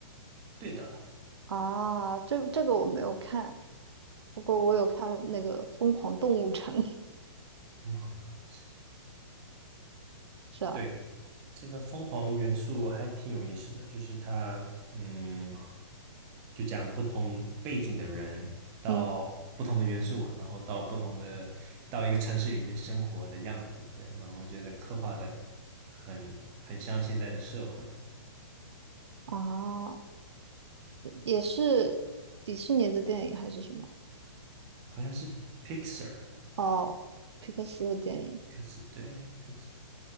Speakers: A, on the right (about 15°); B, on the right (about 65°).
A: 对的，
B: 啊，这这个我没有看，不过我有看那个《疯狂动物城》，
A: 疯狂的东西
B: <laughs> 是吧？
A: 对，这个疯狂元素还挺有意思的，就是它，嗯，就讲不同背景的人到不同的元素，
B: 嗯，
A: 然后到不同的到一个城市里面生活的样子，对，然后我觉得刻画的很很像现在的社会。
B: 啊，也是迪士尼的电影还是什么？
A: 好像是 Pixar，
B: 哦，皮克斯的电影。
A: p i x a r 对 Pixar，